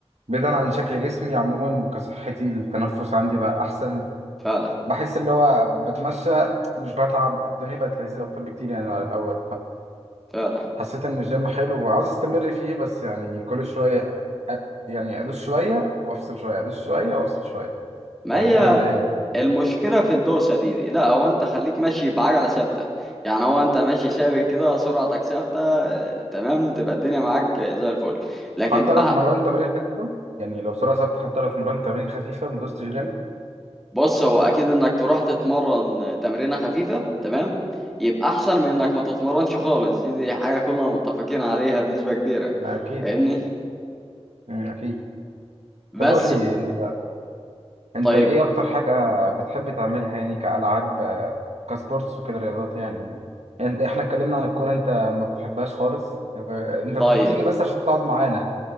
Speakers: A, on the right; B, in the centre.
A: بعيدا عن شكل جسمي عموما كصحتي التنفس عندي بقى أحسن
B: فعلا
A: بحس اللي هو بتمشى مش بتعب الدنيا بقت لذيذة أكتر بكتير يعني على الأول
B: فعلا
A: فحسيت إن الجيم حلو وعاوز أستمر فيه بس يعني كل شوية أ- يعني أدوس شوية وأفصل شوية أدوس شوية وأفصل شوية
B: ما
A: فدي
B: هي
A: حاجة مضايقاني
B: المشكلة في الدوسة دي دي لا هو انت خليك ماشي بعجلة ثابتة يعني هو انت ماشي ثابت كده سرعتك ثابتة آه، تمام تبقى الدنيا معاك زي الفل لكن
A: حتى
B: بقى
A: لو اتمرنت تمارين خفيفة يعني لو سرعة ثابتة حتى لو اتمرنت تمارين خفيفة ما دوستش جامد
B: بص هو اكيد انك تروح تتمرن تمرينة خفيفة تمام يبقى احسن من انك ما تتمرنش خالص دي دي حاجة كلنا متفقين عليها بنسبة كبيرة
A: ده أكيد
B: فاهمني
A: مم، أكيد
B: بس
A: طب قول لي أنت أنت
B: طيب
A: إيه أكتر حاجة بتحب تعملها يعني كألعاب آه، كسبورتس وكده رياضات يعني يعني إحنا اتكلمنا عن الكورة أنت ما بتحبهاش خالص ف- أنت
B: طيب
A: بتيجي بس عشان تقعد معانا